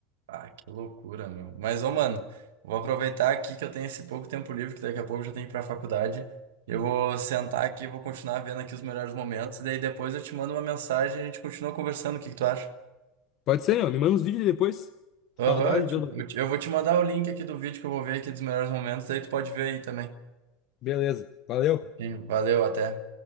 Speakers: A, on the right (about 90°); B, on the left (about 40°).
A: Ah, que loucura, meu. Mas, ô, mano, vou aproveitar aqui que eu tenho esse pouco tempo livre, que daqui a pouco eu já tenho que ir pra faculdade. Eu vou sentar aqui, vou continuar vendo aqui os melhores momentos, e daí depois eu te mando uma mensagem e a gente continua conversando. O que que tu acha?
B: Pode ser, meu. Me manda uns vídeos depois.
A: Aham,
B: Saudade,
A: eu, te-
B: viu?
A: eu te- eu vou te mandar o link aqui do vídeo que eu vou ver aqui dos melhores momentos, daí tu pode ver aí também.
B: Beleza. Valeu.
A: Sim, valeu, até.